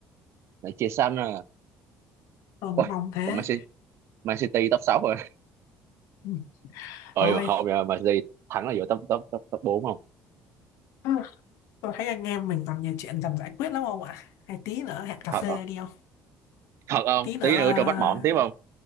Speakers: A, on the right; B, on the left.
A: lại chia xanh à
B: Tôi cũng
A: Ôi,
B: mong thế.
A: còn Man City Man City top 6 rồi
B: Ừ,
A: ơi
B: Thôi,
A: mà không nha, mà đi thắng là vô top top top top bốn không
B: Ừ, tôi thấy anh em mình còn nhiều chuyện cần giải quyết lắm không ạ? Hay tí nữa hẹn cà
A: thật
B: phê
A: không
B: đi không?
A: thật không
B: Tí nữa,
A: tí
B: à,
A: nữa cho bắt mỏm tiếp không